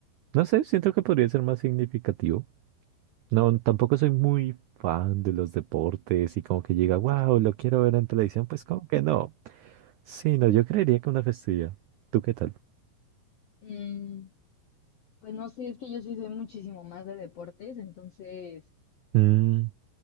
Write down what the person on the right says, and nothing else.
no sé, siento que podría ser más significativo. No, tampoco soy muy fan de los deportes y como que llega, wow, lo quiero ver en televisión, pues como que no. Sí, no, yo creería que una festividad. ¿Tú qué tal?
Mm,